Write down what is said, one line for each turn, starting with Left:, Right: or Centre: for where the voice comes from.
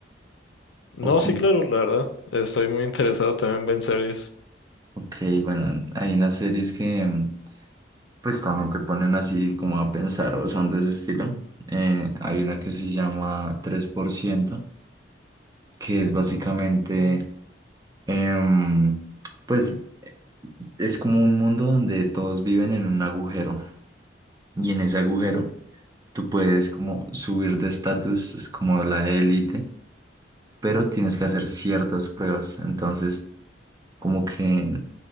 Left: No,
Right: o, com-
Left: sí, claro, la verdad. Estoy muy interesado también en ver series.
Right: Ok, bueno, hay unas series que mm, pues también te ponen así como a pensar o son de ese estilo. Eh, hay una que se llama Tres por ciento, que es básicamente, em, pues es como un mundo donde todos viven en un agujero y en ese agujero tú puedes como subir de estatus, es como la élite, pero tienes que hacer ciertas pruebas. Entonces, como que